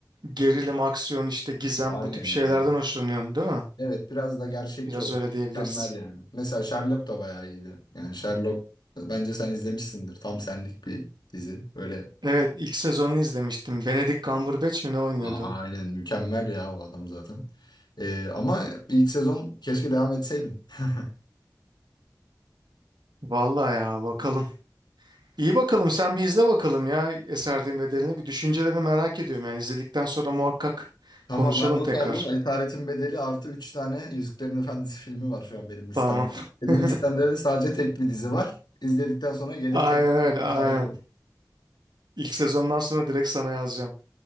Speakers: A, on the right (about 80°); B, on the left (about 80°).
A: Gerilim, aksiyon, işte gizem
B: Aynen
A: bu tip şeylerden
B: ya.
A: hoşlanıyorsun değil mi?
B: Evet biraz da gerçekçi
A: Biraz
B: olsun.
A: öyle diyebiliriz.
B: Mükemmel yani. Mesela Sherlock da bayağı iyiydi. Yani Sherlock bence sen izlemişsindir. Tam senlik bir dizi. Böyle
A: Evet, ilk sezonunu izlemiştim. Benedict Cumberbatch mi ne oynuyordu?
B: a- aynen mükemmel ya o adam zaten. Ee, ama ilk sezon keşke devam etseydin. <laughs>
A: Vallahi ya bakalım. İyi bakalım sen bir izle bakalım ya Esaretin Bedeli'ni. Bir düşüncelerini merak ediyorum. Yani izledikten sonra muhakkak
B: Tamam
A: konuşalım
B: ben not
A: tekrar.
B: aldım. da Esaretin Bedeli artı 3 tane Yüzüklerin Efendisi filmi var şu an benim listemde.
A: Tamam.
B: Benim
A: <laughs>
B: listemde de sadece tek bir dizi var. İzledikten sonra gelir
A: Aynen
B: tekrar
A: öyle
B: bir
A: aynen.
B: karar veririm.
A: İlk sezondan sonra direkt sana yazacağım.